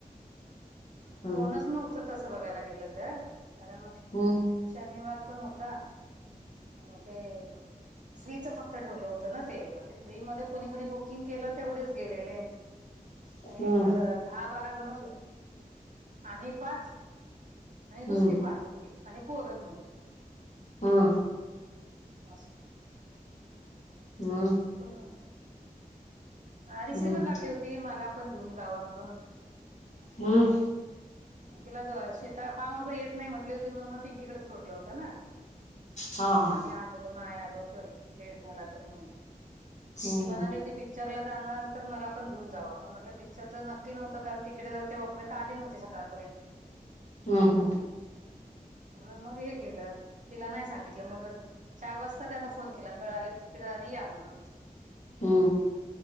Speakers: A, on the left; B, on the right.
A: हम्
B: कोणच नव्हतं तसं बघायला गेलं तर कारण
A: हम्म
B: शनिवार पण होता आणि ते फ्रीचं फक्त ठेवलं होतं ना ते मग ते फ्री मध्ये कोणी कोणी बुकिंग केलं तेवढच गेलेले
A: हम्म
B: हा एक दहा बारा जणच आम्ही पाच आणि दुसरी
A: हम्म हम्म
B: पाच होती आणि पोर दोन
A: हम
B: असं
A: हम्म
B: कोण नव्हत हा दुसरी
A: हम्म
B: पण लागली होती मला पण घेऊन जावा म्हणून
A: हम
B: तिला त शेता फार्म हाऊसला येत नाही म्हंटली होती म्हणून मग पिंकीकडेच सोडलं होत ना
A: हा हा
B: आम्ही आलो नाही आलो तर लेट झाला तर म्हणून
A: हम्म
B: ती म्हणाली
A: हम्म
B: होती पिक पिक्चर ला जाणार तर मला पण घेऊन जावा मग म्हटलं पिक्चर च नक्की नव्हतं कारण तिकीट तेव्हापर्यंत आली नव्हती सकाळपर्यंत
A: हम हम
B: म्हणून मग हे केलं तिला नाही सांगितलं मग चार वाजता त्यान फोन केला मिळाले तिकीट आली या म्हणून
A: हम्म